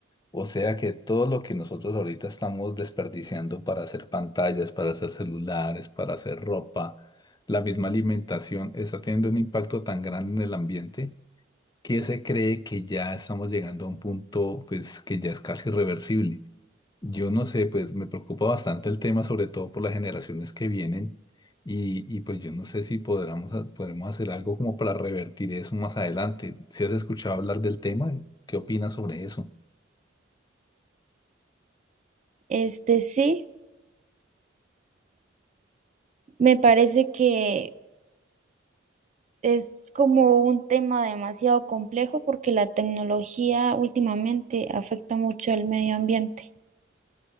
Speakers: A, on the left (about 20°); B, on the right (about 40°).
A: O sea que todo lo que nosotros ahorita estamos desperdiciando para hacer pantallas, para hacer celulares, para hacer ropa, la misma alimentación, está teniendo un impacto tan grande en el ambiente que se cree que ya estamos llegando a un punto pues que ya es casi irreversible. Yo no sé, pues me preocupa bastante el tema, sobre todo por las generaciones que vienen y, y, pues yo no sé si podremos, ha- podremos hacer algo como para revertir eso más adelante. Si has escuchado hablar del tema, ¿qué opinas sobre eso?
B: Este sí, me parece que es como un tema demasiado complejo porque la tecnología últimamente afecta mucho al medio ambiente.